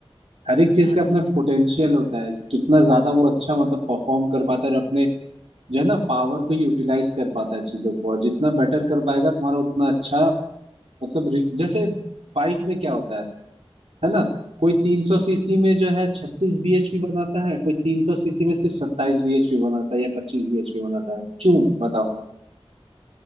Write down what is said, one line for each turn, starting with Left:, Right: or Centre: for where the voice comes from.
Right: हर एक चीज
Left: हम्म
Right: का अपना
Left: हम्म हम्म
Right: पोटेंशियल होता है कि कितना ज्यादा वो अच्छा मतलब परफॉर्म कर पाता है और अपने जो है ना पावर को यूटिलाइज कर पाता है चीजों को और जितना बेटर कर पाएगा तुम्हारा उतना अच्छा मतलब रि- जैसे बाइक में क्या होता है है ना कोई 300 सीसी में जो है 36 bhp बनाता है कोई 300 सीसी में सिर्फ 27 bhp बनाता है या 25 bhp बनाता है क्यों बताओ